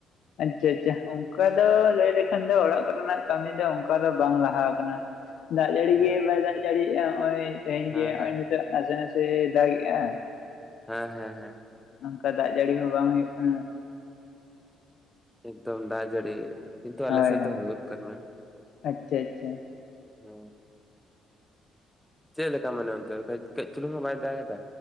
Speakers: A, on the left (about 60°); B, in the centre.
A: ᱟᱪᱪᱷᱟ ᱟᱪᱪᱷᱟ, ᱚᱝᱠᱟ ᱫᱚ ᱞᱟᱹᱭ ᱞᱮᱠᱷᱟᱱ ᱫᱚ ᱚᱲᱟᱜ ᱠᱚᱨᱮᱱᱟᱜ ᱠᱟᱹᱢᱤ ᱫᱚ ᱚᱝᱠᱟ ᱫᱚ ᱵᱟᱝ ᱞᱟᱦᱟ ᱠᱟᱱᱟ ᱾ ᱫᱟᱜ ᱡᱟᱹᱲᱤ
B: ᱦᱮᱸ
A: ᱜᱮ ᱵᱟᱭ ᱫᱟᱜ ᱡᱟᱹᱲᱤᱭᱮᱜᱼᱟ ᱦᱚᱜᱼᱚᱭ ᱛᱮᱦᱮᱧ
B: ᱦᱮᱸ
A: ᱜᱮ
B: ᱦᱮᱸ
A: ᱦᱚᱜᱼᱚᱭ ᱱᱤᱛᱜ ᱱᱟᱥᱮ ᱱᱟᱥᱮ ᱫᱟᱜ ᱜᱮᱜᱼᱟ ᱾
B: ᱦᱮᱸ ᱦᱮᱸ ᱦᱮᱸ ᱾
A: ᱚᱝᱠᱟ ᱫᱟᱜ ᱡᱟᱹᱲᱤ ᱦᱚᱸ ᱵᱟᱝ ᱦᱩᱭᱩᱜ ᱠᱟᱱᱟ ᱾
B: ᱮᱠᱫᱚᱢ ᱫᱟᱜ ᱡᱟᱲᱤ ᱾ ᱠᱤᱱᱛᱩ ᱟᱞᱮ
A: ᱦᱳᱭ
B: ᱥᱮᱫ
A: ᱦᱳᱭ
B: ᱫᱚ ᱦᱳᱭᱳᱜ ᱠᱟᱱᱟ ᱾
A: ᱟᱪᱪᱷᱟ ᱟᱪᱪᱷᱟ᱾
B: ᱦᱮ, ᱪᱮᱫ ᱞᱮᱠᱟ ᱢᱟᱱᱮ ᱚᱱᱛᱮ ᱠᱟᱹᱡ ᱠᱟᱹᱡ ᱪᱩᱞᱩᱝ ᱦᱚᱸ ᱵᱟᱭ ᱫᱟᱜ ᱮᱫᱟ?